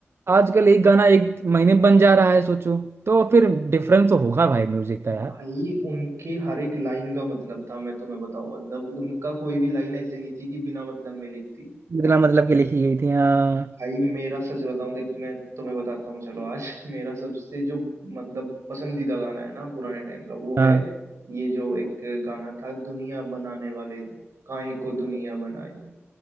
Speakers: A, on the right; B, on the right.
A: आजकल एक गाना एक महीने में बन जा रहा है सोचो तो फिर डिफरेंस तो होगा भाई म्यूजिक का यार
B: भाई उनके हर एक लाइन का मतलब था मैं तुम्हें बताऊं मतलब उनका कोई भी लाइन ऐसे नहीं थी कि बिना मतलब में लिखती
A: इतना मतलब कि लिखी गई थी हाँ
B: भाई मेरा सच बताऊं देख मैं तुम्हें बताता हूँ चलो आज <laughs> मेरा सबसे जो मतलब पसंदीदा गाना है ना पुराने टाइम का वो
A: हाँ
B: है ये जो एक गाना था दुनिया बनाने वाले काहे को दुनिया बनाई